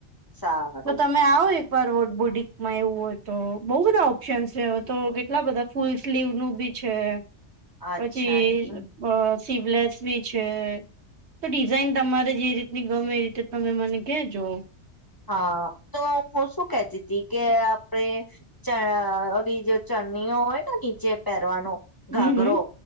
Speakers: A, on the left; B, on the right.
A: સારું
B: તો તમે આવો એકવાર વોટ બુડિકમાં એવું હોય તો બઉુ બધા ઓપ્શન છે હવે તો કેટલા બધા ફૂલ સ્લીવ નું બી છે.
A: અચ્છા
B: પછી
A: એમ.
B: અહ સિવલેસ બી છે. હ. તો ડિઝાઇન તમારે જે રીત ની ગમે એ રીતે તમે મને કેજો.
A: હા, તો હું શું કતી હતી કે આપડે ચ અહ નીજે ચરણીઓ હોય ને નીચે પહેરવાનો? ઘાગરો
B: હમ હમ